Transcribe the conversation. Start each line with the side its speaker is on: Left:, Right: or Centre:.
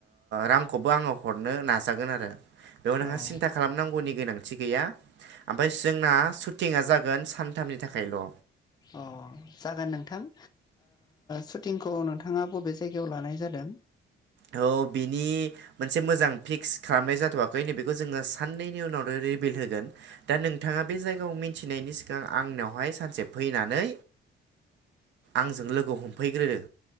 Right: रांखौबो आङो हरनो नाजागोन आरो। बेयाव नोंहा
Left: औ
Right: सिन्था खालामनांगौनि गोनांथि गैया ओमफ्राय जोंना सुटिंआ जागोन सानथामनि थाखायल'
Left: अ जागोन नोंथां सुटिंखौ नोंथाङा बबे जायगायाव लानाय जादों
Right: औ बिनि मोनसे मोजां फिक्स खालामनाय जाथ'वाखै नै बेखौ जोङो साननैनि उनावनो रिभिल होगोन दा। नोंथाङा बे जायगायाव मिथिनायनि सिगां आंनावहाय सानसे फैनानै आंजों लोगो हमफैग्रो